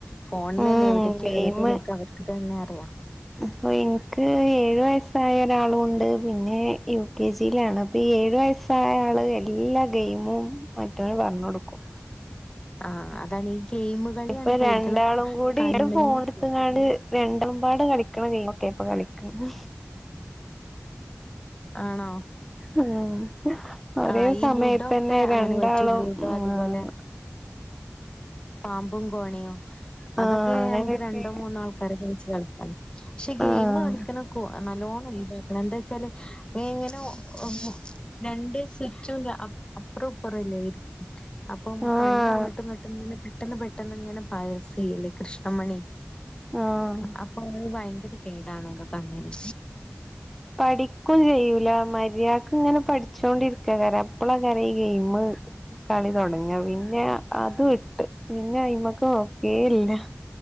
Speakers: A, on the left; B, in the centre.
A: ഫോണിൽ
B: ഉം
A: തന്നെ എവിടെക്കെ
B: ഗെയിമ്
A: ഉള്ളത് എന്നൊക്കെ അവർക്ക് തന്നെ അറിയാം
B: അപ്പൊ ഇൻക്ക് ഏഴു വയസ്സായ ഒരാളും ഉണ്ട് പിന്നെ യു കെ ജിയിലാണ് അപ്പൊ ഈ ഏഴു വയസ് താഴേ ആള് എല്ലാ ഗെയിമും മറ്റവന് പറഞ്ഞ് കൊടുക്കും
A: ആഹ് അതാണ് ഈ ഗെയിം കളിയാണ്
B: ഇപ്പൊ രണ്ടാളും
A: കൂടുതൽ
B: കൂടി
A: കണ്ണിന്
B: എന്റെ ഫോണ് എടുത്ത് കാണ്ട് രണ്ടും പാടെ കളിക്കണ ഗെയിം ഒക്കെ ഇപ്പൊ കളിക്ക്ണത്
A: ആണോ
B: ഉം ഒരേ
A: ആഹ് ഈ
B: സമയത്തന്നെ
A: ലൂഡോ ഒക്കെ അങ്ങനെ
B: രണ്ടാളും
A: പറ്റും ലൂഡോ
B: ഉം
A: അതുപോലെ പാമ്പും കോണിയും അതൊക്കെ
B: ആഹ് അങ്ങനെയൊക്കെ
A: നമുക്ക് രണ്ടോ മൂന്നോ ആൾ ക്കാരൊക്കെ വെച്ച് കാണ്ട് കളിക്ക പക്ഷെ ഗെയിം
B: ആഹ്
A: കളിക്കണ കോ നല്ലോണം ഒഴിവാക്കണം എന്ത ച്ചാല് ഇങ്ങനെ ഒ <inaudible> രണ്ട് സ്വിച്ചും ലേ അ അപ്പറും ഇപ്പറും അല്ലേ അപ്പം
B: ആഹ്
A: കണ്ണ് അങ്ങട്ടും ഇങ്ങട്ടും ഇങ്ങനെ പെട്ടെന്ന് പെട്ടെന്ന് ഇങ്ങനെ പയസി അല്ലെ കൃഷ്ണമണി
B: ആഹ്
A: അപ്പം അപ്പൊ അത് ഭയങ്കരം കേട് അണേല്ലോ കണ്ണ്ന്
B: പഠിക്കും ചെയ്യൂല മര്യാക്ക് ഇങ്ങനെ പഠിച്ചോണ്ടിരിക്കാകാരം അപ്പളാക്കാരം ഈ ഗെയിമ് കളി തൊടങ്ങാ പിന്നെ അത് പിന്ന അയ്മക്ക് നോക്കേയില്ല